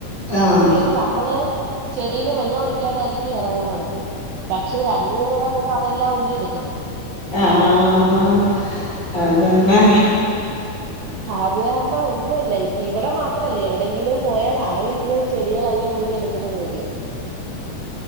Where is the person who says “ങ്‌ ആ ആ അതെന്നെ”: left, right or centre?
Left